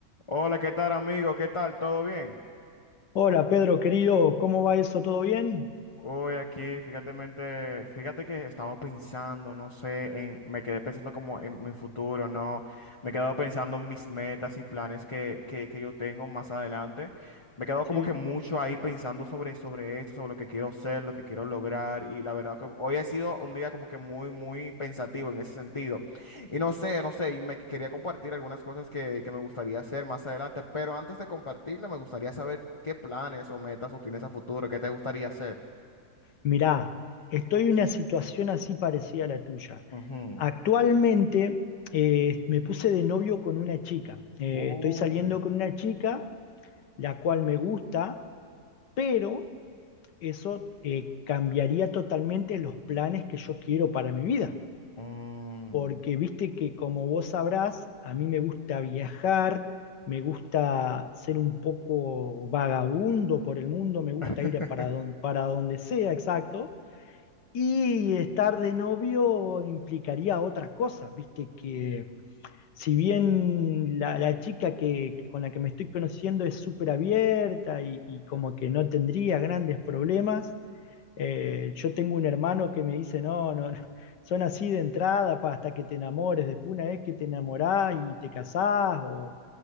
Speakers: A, on the left; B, on the left.
A: Hola, ¿qué tal, amigo? ¿Qué tal? ¿Todo bien?
B: Hola Pedro, querido, ¿cómo va eso? ¿Todo bien?
A: Hoy aquí, fíjate, mente- fíjate que estaba pensando, no sé, en, me quedé pensando como en mi futuro, ¿no? Me he quedado pensando en mis metas y planes que, que, que yo tengo más adelante. Me he quedado
B: Sí.
A: como que mucho ahí pensando sobre, sobre esto, sobre lo que quiero ser, lo que quiero lograr. Y la verdad que hoy ha sido un día como que muy, muy pensativo en ese sentido. Y no sé, no sé, y me quería compartir algunas cosas que, que me gustaría hacer más adelante. Pero antes de compartirla, me gustaría saber qué planes o metas tú tienes a futuro, qué te gustaría hacer.
B: Mirá, estoy en una situación así parecida a la tuya.
A: Ujú.
B: Actualmente eh, me puse de novio con una chica. Eh,
A: Uy.
B: estoy saliendo con una chica, la cual me gusta, pero eso eh, cambiaría totalmente los planes que yo quiero para mi vida.
A: Mm.
B: porque viste que como vos sabrás, a mí me gusta viajar, me gusta ser un poco vagabundo por el mundo, me gusta
A: <laughs>
B: ir a para, don- para donde sea, exacto. Y estar de novio implicaría otras cosas, viste que si bien la, la chica que, que con la que me estoy conociendo es súper abierta y, y como que no tendría grandes problemas, eh, yo tengo un hermano que me dice, no, no, no, son así de entrada pa, hasta que te enamores, después una vez que te enamorás y te casás o,